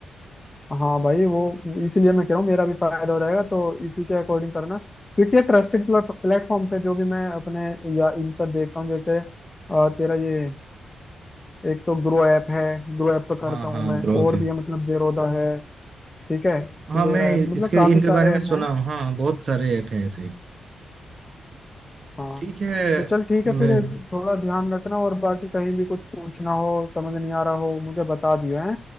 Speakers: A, on the left; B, on the right.
A: <laughs> हाँ भाई वो इसीलिए मैं कह रहा हूँ मेरा भी फायदा हो जाएगा तो इसी के अकॉर्डिंग करना क्योंकि ये ट्रस्टेड प्लेटफॉर्म है जो भी मैं अपने या इन पर देखता हूँ जैसे अ, तेरा ये एक तो ग्रो ऐप है ग्रो ऐप पे करता
B: हाँ
A: हूँ
B: हाँ
A: मैं
B: ग्रो
A: और
B: पे
A: भी है मतलब जेरोदा है ठीक है
B: हाँ
A: कुवेरा
B: मैं
A: ऐप मतलब
B: इसके
A: काफी
B: इनके
A: सारे
B: बारे में
A: ऐप
B: सुना
A: हैं
B: हूँ हाँ बहुत सारे ऐप हैं ऐसे ही।
A: हाँ
B: ठीक है
A: तो चल ठीक है फिर
B: मैं
A: थोड़ा ध्यान रखना और बाकी कहीं भी कुछ पूछना हो समझ नहीं आ रहा हो मुझे बता दियो है